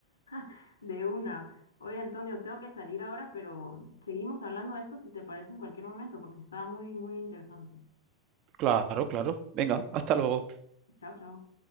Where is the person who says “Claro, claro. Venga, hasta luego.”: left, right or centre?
Right